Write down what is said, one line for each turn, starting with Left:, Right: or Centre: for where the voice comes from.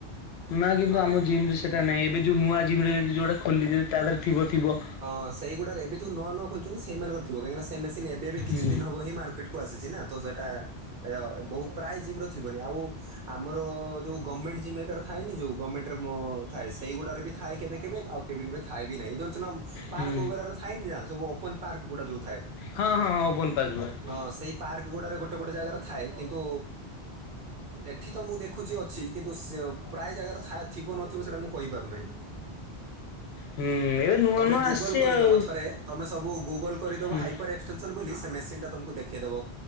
Left: ନା କିନ୍ତୁ
Right: ହଁ।
Left: ଆମ ଜିମ୍ ରେ ସେଇଟା ନାଁ ଏବେ ଯେଉଁ ନୂଆ ଯିମରେ ଯିଏ ଯଉଁଟା ଖୋଲି ଥିବ ତା ଦେହରେ ଥିବଥିବ।
Right: ହଁ ସେଇଗୁଡ଼ାରେ ଏବେ ଯୋଉ ନୂଆ ନୂଆ ଖୋଲିଛନ୍ତି ସେଇମାନଙ୍କର ଥିବ କାହିକିନା ସେ ମେସିନ ଏବେ ବି କିଛି
Left: ହୁଁ
Right: ଦିନ ହବହି ମାର୍କେଟକୁ କୁ ଆସିଛି ନା ତ ସେଇଟା ବହୁତ ପ୍ରାଏ ଜିମ୍ର ଥିବନି ଆଉ ଆମର ଯଉ ଗଭର୍ଣ୍ଣମେଣ୍ଟ ଜିମ ହେରିକା ରେ ଥାଏନି ଯୋଉ ଗଭର୍ଣ୍ଣମେଣ୍ଟ ରେ ଥାଏ ସେଇଗୁଡାରେ ବି ଥାଏ କେବେ କେବେ ଆଉ କେବେ କେବେ ଥାଏ ବି ନାହିଁ ଜାଣିଛନା ପାର୍କଓଗାରରେ
Left: ହୁଁ
Right: ଥାଏନି ଯା ସବୁ ଓପନ ପାର୍କ ଗୁଡ଼ା ଯେଉଁଥାଏ।
Left: ହଁ ହଁ ଓପନ୍ ପାର୍କ ଗୂରା
Right: ହଁ ସେଇ ପାର୍କ ଗୁଡ଼ାରେ ଗୋଟେ ଗୋଟେ ଜାଗାରେ ଥାଏ କିନ୍ତୁ ଏଠି ତ ମୁଁ ଦେଖୁଛି ଅଛି। କିନ୍ତୁ ସେ ପ୍ରାୟ ଜାଗାରେ ଥିବ ନଥିବ ସେଇଟା ମୁଁ କହିପାରୁନାହିଁ।
Left: ହୁଁ ଏବେ ନୂଆ
Right: ତମେ
Left: ନୂଆ
Right: ଗୁଗଲ
Left: ଆସିଚି
Right: କରିଦବ
Left: ଆଉ
Right: ଥରେ ତମେ ସବୁ ଗୁଗଲ କରିଦବ
Left: ହୁଁ
Right: ହାଇପର ଏ ଏସନ୍ ବୋଲି ସେ ମେସିନ୍ ଟା ତମକୁ ଦେଖେଇଦବ